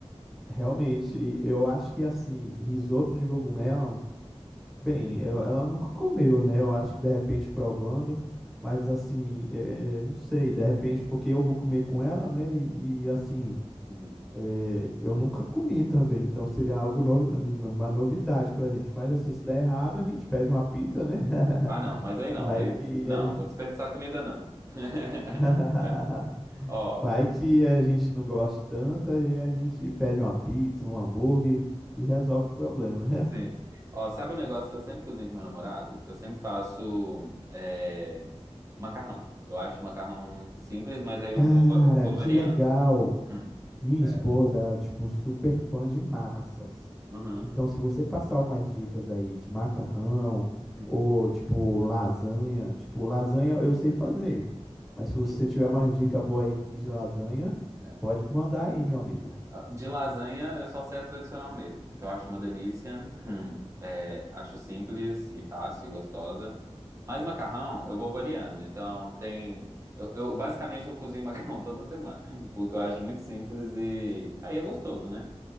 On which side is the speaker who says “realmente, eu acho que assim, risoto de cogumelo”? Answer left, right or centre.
Centre